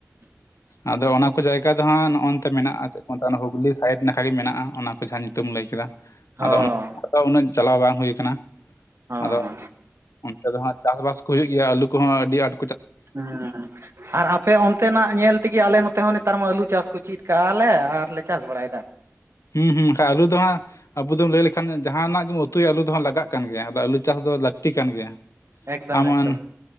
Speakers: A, on the right; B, on the left.
A: <inaudible>
B: ᱟᱫᱚ ᱚᱱᱟ ᱠᱚ ᱡᱟᱭᱜᱟ ᱫᱚ ᱦᱟᱸᱜ ᱱᱚᱜ ᱱᱚᱛᱮ ᱢᱮᱱᱟᱜ-ᱟ ᱪᱮᱫ ᱠᱚ ᱢᱮᱛ ᱦᱩᱜᱞᱤ ᱥᱟᱭᱤᱰ ᱞᱮᱠᱷᱟ ᱜᱮ ᱢᱮᱱᱟᱜ-ᱟ ᱚᱱᱟ ᱠᱚ ᱡᱟᱦᱟᱸ ᱧᱩᱛᱩᱢ ᱞᱟᱹᱭ ᱠᱮᱫᱟ᱾
A: ᱦᱚᱸ
B: ᱟᱫᱚ ᱚᱱᱟ ᱩᱱᱟᱹᱜ ᱪᱟᱞᱟᱣ ᱵᱟᱝ ᱦᱩᱭ ᱠᱟᱱᱟ
A: ᱦᱚᱸ
B: ᱟᱫᱚ ᱚᱱᱛᱮ ᱫᱚ ᱦᱟᱜ ᱪᱟᱥᱵᱟᱥ ᱠᱚ ᱦᱩᱭᱩᱜ ᱜᱮᱭᱟ ᱟᱞᱩ ᱠᱚᱦᱚᱸ ᱟᱹᱰᱤ ᱟᱴ
A: ᱦᱮᱸ ᱟᱨ ᱟᱯᱮ ᱚᱱᱛᱮᱱᱟᱜ ᱧᱮᱞ ᱚᱱᱟ ᱛᱮᱜᱮ ᱟᱞᱮ ᱱᱚᱛᱮ ᱦᱚᱸ ᱱᱮᱛᱟᱨ ᱢᱟ ᱟᱹᱞᱩ ᱪᱟᱥ ᱠᱚ ᱪᱮᱫ ᱠᱟᱜ-ᱟ ᱞᱮ ᱟᱨᱞᱮ ᱪᱟᱥ ᱵᱟᱲᱟᱭᱮ᱾
B: ᱦᱩᱸ ᱦᱩᱸ ᱟᱠᱷᱟᱱ ᱟᱞᱩ ᱫᱚ ᱦᱟᱸᱜ ᱟᱵᱚ ᱫᱚᱢ ᱞᱟᱹᱭ ᱞᱮᱠᱷᱟᱱ ᱡᱟᱦᱱᱟᱜ ᱜᱮᱢ ᱩᱛᱩᱭᱟ ᱟᱩ ᱦᱟᱸᱜ ᱞᱟᱜ ᱠᱟᱱ ᱜᱮᱭᱟ ᱟᱫᱚ ᱟᱹᱞᱩ ᱪᱟᱥ ᱫᱚ ᱞᱟᱹᱠᱛᱤ ᱠᱟᱱ ᱜᱮᱭᱟ᱾
A: ᱮᱠᱫᱚᱢ
B: ᱮᱢᱚᱱ
A: ᱮᱠᱫᱚᱢ